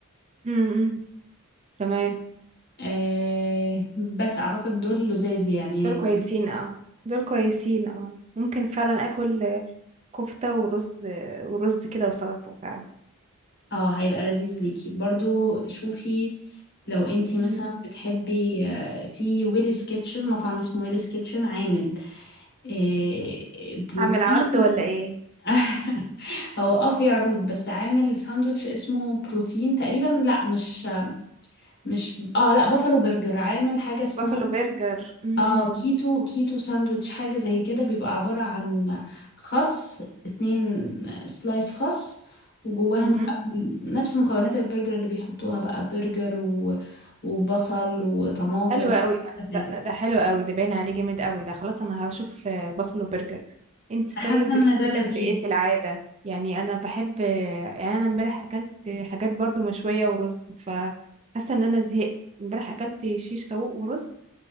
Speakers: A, on the right (about 30°); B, on the left (about 50°).
A: امم تمام
B: آه بس أعتقد دول لذاذ يعني
A: دول
B: هيبقوا
A: كويسين اه دول كويسين اه ممكن فعلا اكل آه، كفته ورز آه، ورز كده وسلطه فعلا
B: اه هيبقى لذيذ ليكي برضو شوفي لو انتي
A: مم.
B: مثلا بتحبي آه، في ويليز كيتشن مطعم اسمه ويليز كيتشن عامل آه، بروتين
A: اعمل عرض ولا ايه
B: <laughs> هو اه في عروض بس عامل ساندوتش اسمه بروتين تقريبا لا مش مش اه لا بافالو برجر عامل حاجة اسمها
A: بافلو برجر امم
B: اه كيتو كيتو ساندويتش حاجة زي كده بيبقى عبارة عن خس اتنين سلايس خس وجواهم
A: مهم.
B: بقى نفس مكونات البرجر اللي بيحطوها بقى برجر و... وبصل وطماطم
A: حلو قوي ده
B: كل
A: ده
B: حاجة
A: ده, ده حلو قوي ده باين عليه جامد قوي ده خلاص انا هشوف آه، بافلو برجر انتي
B: أنا
A: طيب
B: حاسة
A: بتحبي
B: ان ده لذيذ
A: تاكلي ايه في العاده يعني انا بحب آه، يعني انا امبارح اكلت حاجات برضو مشويه ورز فحاسه ان انا زهقت امبارح اكلت شيش طاووق ورز